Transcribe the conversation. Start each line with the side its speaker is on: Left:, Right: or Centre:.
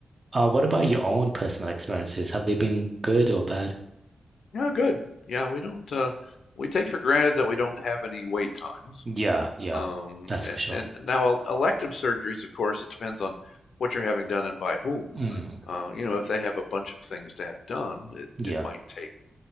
Right: Uh, what about your own personal experiences? Have they been good or bad?
Left: Yeah, good. Yeah, we don't uh, we take for granted that we don't have any wait times.
Right: Yeah, yeah,
Left: Um,
Right: that's
Left: and,
Right: for sure.
Left: and now elective surgeries, of course, it depends on what you're having done and by whom.
Right: Mm,
Left: Uh, you know, if they have a bunch of things to have done, it,
Right: yeah,
Left: it might take